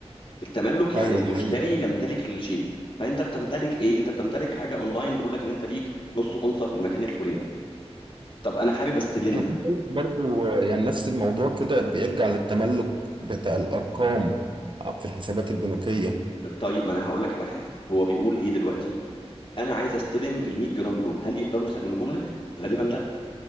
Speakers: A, on the left; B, on the right.
A: التملك
B: ايوه
A: يعني المشتري
B: ده حقيقي
A: يمتلك الشيء فانت بتمتلك ايه انت بتمتلك حاجه اونلاين بيقول لك ان انت ليك نص اونصه في المكان الفلاني طب انا حابب استلمها
B: يعني عايز أقول لك برضو آه، يعني نفس الموضوع كده بيرجع للتملك بتاع الارقام في الحسابات البنوكيه
A: ب- طيب ما انا هقول لك على حاجه هو بيقول ايه دلوقتي انا عايز استلم ال 100 جرام دول هل يقدروا يسلموهم لك غالبا لا